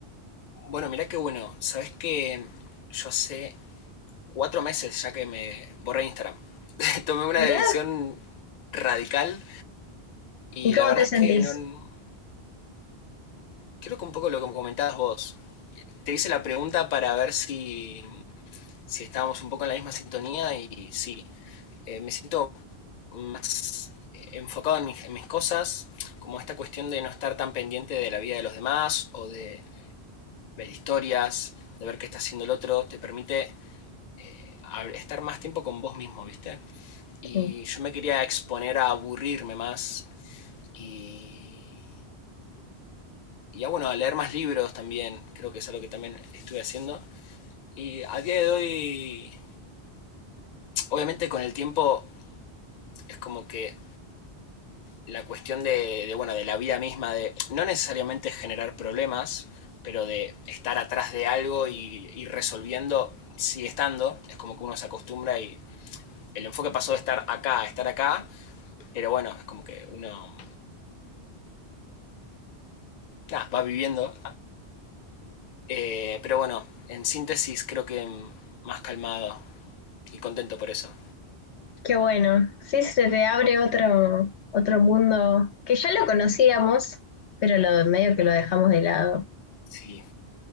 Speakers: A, on the left; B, on the left.
A: Bueno, mirá qué bueno. Sabés que yo hace cuatro meses ya que me borré Instagram. <laughs> Tomé una
B: Mirá,
A: decisión radical y
B: ¿y cómo
A: la verdad
B: te sentís?
A: es que no... Creo que un poco lo que comentabas vos. Te hice la pregunta para ver si, si estábamos un poco en la misma sintonía y sí, eh, me siento más eh, enfocado en mis, en mis, cosas, como esta cuestión de no estar tan pendiente de la vida de los demás o de ver historias, de ver qué está haciendo el otro, te permite eh, estar más tiempo con vos mismo, ¿viste? Y
B: Sí,
A: yo me quería exponer a aburrirme más y, y a, bueno, a leer más libros también, creo que es algo que también estuve haciendo. Y a día de hoy, obviamente con el tiempo es como que la cuestión de, de, bueno, de la vida misma, de no necesariamente generar problemas, pero de estar atrás de algo y ir resolviendo, sigue estando, es como que uno se acostumbra y el enfoque pasó de estar acá a estar acá, pero bueno, es como que uno nah, va viviendo. Eh, pero bueno, en síntesis creo que más calmado y contento por eso.
B: Qué bueno. Sí, se te abre otro, otro mundo que ya lo conocíamos, pero lo, medio que lo dejamos de lado.
A: Sí.